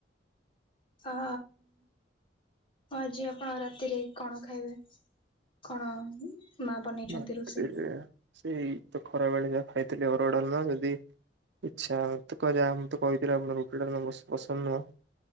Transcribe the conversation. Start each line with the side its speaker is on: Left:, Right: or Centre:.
Left: ଆ ଆଉ ଆଜି ଆପଣ ରାତିରେ କଣ ଖାଇବେ କଣ ମା ବନେଇଛନ୍ତି
Right: ରାତିରେ
Left: ରୋଷେଇ
Right: ସେଇ ତ ଖରା ବେଳେ ଯାହା ଖାଇଥିଲେ ଅରୁଆ ଡାଲମା ଯଦି ଇଚ୍ଛା ମତେ କରିବା ମୁଁ ତ କହିଥିଲି ଆପଣ ରୁଟି ଡାଲମା ବ ପସନ୍ଦ ନୁହଁ